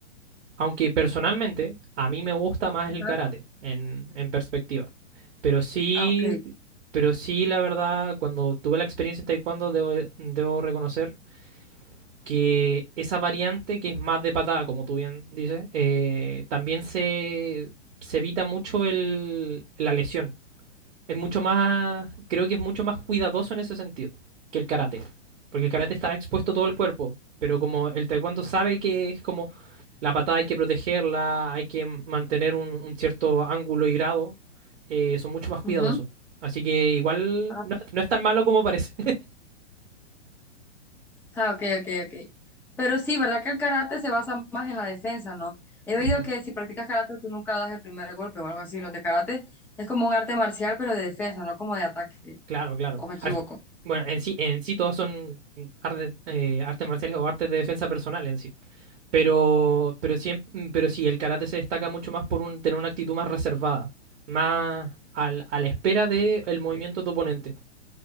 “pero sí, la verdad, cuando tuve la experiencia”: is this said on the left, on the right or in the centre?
Right